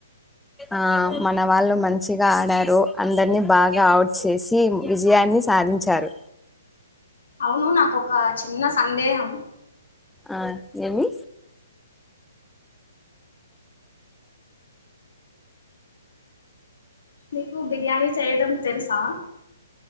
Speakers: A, in the centre; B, on the left.
A: ఆ మన వాళ్ళు మంచి మంచిగా ఆడారు అందరినీ బాగా అవుట్ చేసి విజయాన్ని సాధించారు.
B: అవును నాకొక చిన్న సందేహం.
A: ఆ ఏమి
B: నీకు బిర్యానీ చేయడం తెలుసా